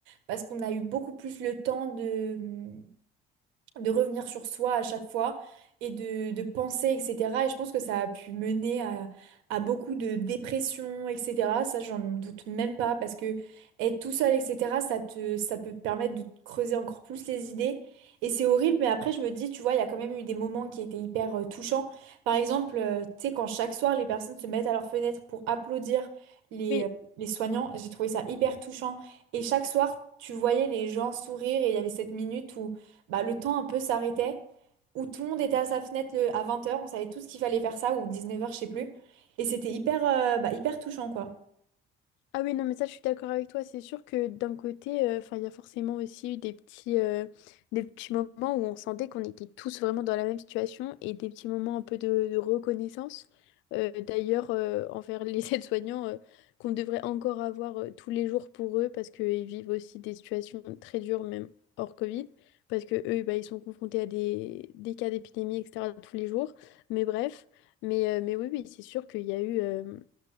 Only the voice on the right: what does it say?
parce qu'on a eu beaucoup plus le temps de de revenir sur soi à chaque fois et de, de penser, etc. Et je pense que ça a pu mener à, à beaucoup de dépression, etc. Ça, j'en doute même pas parce que être tout seul, etc., ça te, ça peut te permettre de te creuser encore plus les idées. Et c'est horrible, mais après, je me dis, tu vois, il y a quand même eu des moments qui étaient hyper euh, touchants. Par exemple, euh, tu sais, quand chaque soir, les personnes se mettent à leur fenêtre pour applaudir les,
euh, les soignants, j'ai trouvé ça hyper touchant. Et chaque soir, tu voyais les gens sourire et il y avait cette minute où bah, le temps un peu s'arrêtait, où tout le monde était à sa fenêtre le- à vingt heures on savait tous qu'il fallait faire ça, ou dix-neuf heures je sais plus. Et c'était hyper, euh, bah, hyper touchant, quoi.